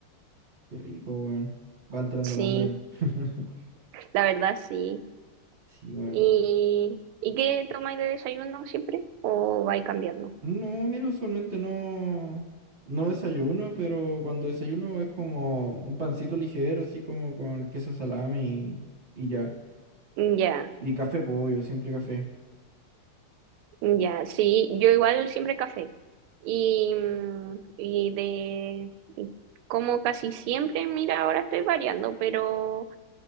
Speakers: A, on the right; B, on the right.
A: qué rico, weón. Va entrando
B: Sí,
A: el hambre. <laughs>
B: la verdad sí.
A: Sí, weón.
B: ¿Y, ¿y qué tomáis de desayuno siempre? ¿O vais cambiando?
A: No, mira, usualmente no, no desayuno, pero cuando desayuno es como un pancito ligero, así como con queso salami y, y ya.
B: Ya,
A: Y café, pollo, siempre café.
B: ya. Sí, yo igual siempre café. Y, mm, y de... y como casi siempre, mira, ahora estoy variando, pero...